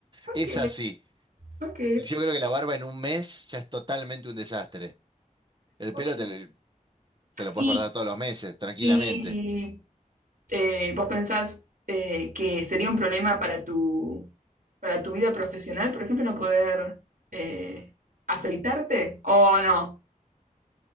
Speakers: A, on the right; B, on the right.
A: Ok,
B: es así.
A: ok,
B: Yo creo que la barba en un mes ya es totalmente un desastre. El
A: ok.
B: pelo te, lo te lo puedes
A: Y,
B: cortar todos los meses, tranquilamente.
A: y, eh, ¿vos pensás eh, que sería un problema para tu, para tu vida profesional, por ejemplo, no poder eh, afeitarte? ¿O no?